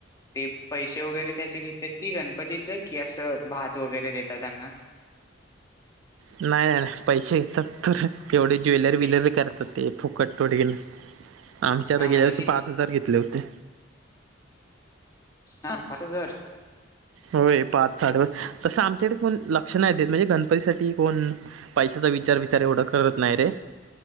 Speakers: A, on the left (about 15°); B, on the right (about 80°).
A: ते पैसे वगैरे त्याचे घेतात कि गणपतीचं कि असं. भात वगैरे देतात त्यांना.
B: नाही नाही नाही पैसे येतात तर. तेवढे ज्वेलर
A: कि
B: विलर करतात ते फुकट तोडगन. आमच्या आता
A: हा
B: गेल्या
A: म्हणजे
B: वर्षी
A: कि
B: पाच हजार घेतले होते.
A: हा पाच हजार.
B: होय पाच साडे तसं आमच्याकडे कोण लक्ष नाही देत म्हणजे गणपतीसाठी. ती कोण पैशाचा विचार विचार एवढा करत नाही रे.